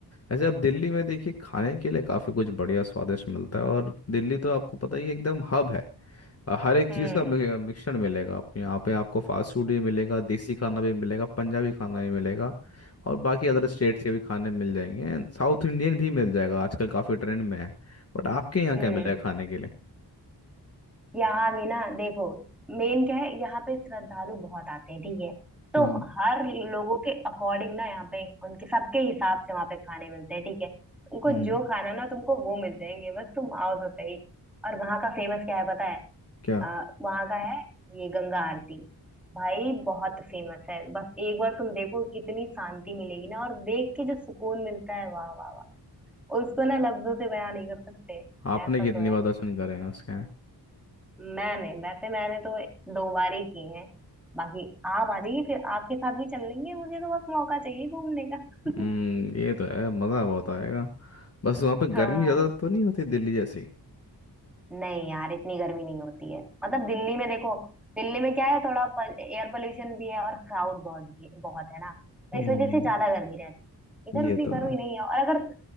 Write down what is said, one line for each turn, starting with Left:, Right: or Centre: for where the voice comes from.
Left: ऐसे आप दिल्ली में देखिए खाने के लिए काफ़ी कुछ बढ़िया स्वादिष्ट मिलता है और दिल्ली तो आपको पता ही है, एकदम हब है अ, हर एक
Centre: हम्म
Left: चीज़ का मिक- मिक्सचर मिलेगा आपको यहाँ पे आपको फास्ट फूड भी मिलेगा देसी खाना भी मिलेगा पंजाबी खाना भी मिलेगा और बाकी अदर स्टेट्स के भी खाने मिल जाएंगे एंड साउथ इंडियन भी मिल जाएगा आजकल काफ़ी ट्रेंड में है बट आपके यहाँ
Centre: हम्म
Left: क्या मिलेगा खाने के लिए
Centre: यहाँ भी ना देखो मेन क्या है यहाँ पे श्रद्धालु बहुत आते हैं ठीक है तो
Left: हाँ
Centre: हर लोगों के अकॉर्डिंग ना यहाँ पे उनके सबके हिसाब से वहाँ पे खाने मिलते हैं ठीक है तुमको
Left: हम्म
Centre: जो खाना ना तुमको वो मिल जाएंगे बस तुम आओ तो सही और वहाँ का फेमस क्या है पता है
Left: क्या
Centre: आ, वहाँ का है ये गंगा आरती भाई बहुत फेमस है बस एक बार तुम देखो कितनी शांति मिलेगी ना और देख के जो सुकून मिलता है वाह वाह वाह उसको ना लफ्जों से बयान नहीं कर सकते
Left: आपने
Centre: ऐसा
Left: कितनी
Centre: तो है
Left: बार दर्शन करे हैं उसके यहाँ?
Centre: मैंने वैसे मैंने तो दो बार ही की हैं बाकी आप आ जाइए फिर आपके साथ भी चल लेंगे मुझे तो बस मौका चाहिए घूमने का
Left: हम्म
Centre: <laughs>
Left: ये तो है मज़ा बहुत आएगा बस वहाँ पे
Centre: हाँ
Left: गर्मी ज़्यादा तो नहीं होती दिल्ली जैसी
Centre: नहीं यार इतनी गर्मी नहीं होती है मतलब दिल्ली में देखो दिल्ली में क्या है थोड़ा एयर पोल्यूशन भी है और क्राउड बहुत भी बहुत है ना तो
Left: हम्म
Centre: इस वजह से ज्यादा गर्मी रहती है इधर
Left: ये
Centre: उतनी
Left: तो है
Centre: गर्मी नहीं है और अगर